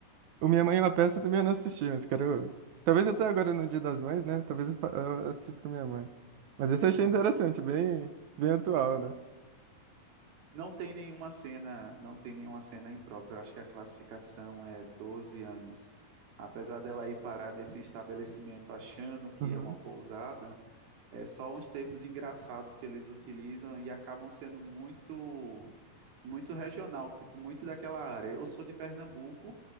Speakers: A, on the right (about 70°); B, on the right (about 85°).
A: O Minha Mãe é uma Peça também eu não assisti, mas quero. Talvez até agora no Dia das Mães, né? Talvez eu fa- eu assista com minha mãe. Mas esse eu achei interessante, bem, bem atual, né?
B: Não tem nenhuma cena, não tem nenhuma cena imprópria. Eu acho que a classificação é 12 anos. Apesar dela ir parar nesse estabelecimento achando que
A: Uhum,
B: é uma pousada, é só uns termos engraçados que eles utilizam e acabam sendo muito muito regional, tipo muito daquela área. Eu sou de Pernambuco